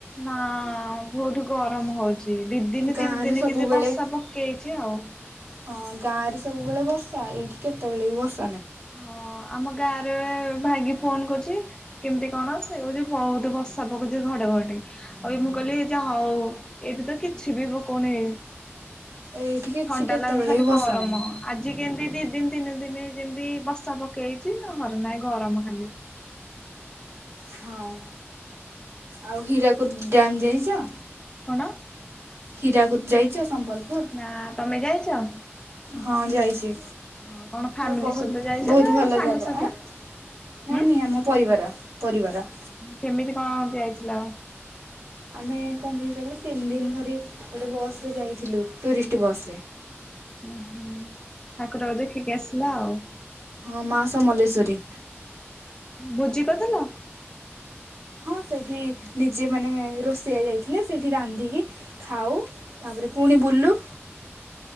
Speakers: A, on the left; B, on the right.
A: ନା ବହୁତ ଗରମ ହଉଛି। ଦି ଦିନ
B: ଗାଁରେ
A: ତିନି ଦିନ
B: ସବୁବେଳେ
A: କେମତି ବର୍ଷା ପକେଇଛି ଆଉ।
B: ହଁ ଗାଁରେ <inaudible>
A: ହଁ ଆମ ଗାଁରେ ଭାଗି ଫୋନ କରୁଛି। କେମିତି କଣ ସେ କହୁଛି ବହୁତ ବଷା ପକଉଛି ଘଡେ ଘଡେ ଆଉ ଏ ମୁଁ କହିଲି ଯା ହଉ ଏଇଠି ତ କିଛି ବି ପକଉନି
B: ଏଇଠି କିଛି
A: ଥଣ୍ଡା
B: କେତେବେଳେ
A: ଲାଗୁନି ଖାଲି
B: ବି ବର୍ଷା
A: ଗରମ
B: ନାହିଁ
A: ଆଜି କେମିତି ଦି ଦିନ ଦିନ ଦିନ ଯେନ୍ତି ବର୍ଷା ପକେଇଛି ନ ଘରେ ନହିଁ ଗରମ ଖାଲି। <inaudible>
B: ହଁ ଆଉ ହୀରାକୁଦ ଡ୍ୟାମ ଯାଇଛ?
A: ନ
B: ହୀରାକୁ ଯାଇଛ? ସମ୍ବଲପୁର
A: ନା ତମେ ଯାଇଛ?
B: ହଁ ଯାଇଛି।
A: ହଁ କଣ ଫ୍ୟାମିଲି
B: ବହୁତ
A: ସହିତ ଯାଇଛ
B: ବହୁତ
A: ନା
B: ଭଲ
A: ସାଙ୍ଗସାଥି
B: ଜାଗା ଆ ନାଇଁ
A: ହୁଁ
B: ନାଇଁ ଆମ ପରିବାର ପରିବାର
A: କେମିତି କଣ ଯାଇଥିଲ?
B: ଆମେ କଣ ଦି କହିଲ ତିନି ଦିନ ଧରି ଗୋଟେ ବସ ରେ ଯାଇଥିଲୁ ଟୁରିଷ୍ଟ ବସରେ।
A: ଉ ହୁଁ ଠାକୁର କୁ ଦେଖିକି ଆସଲା ଆଉ।
B: ହଁ ମା ସମଲେଶ୍ୱରୀ।
A: ଭୋଜି କରିଥିଲ?
B: ହଁ ସେଇଠି ନିଜେ ମାନେ ରୋଷେଇଆ ଯାଇଥିଲେ ସେଇଠି ରାନ୍ଧିକି ଖାଉ ତାପରେ ପୁଣି ବୁଲୁ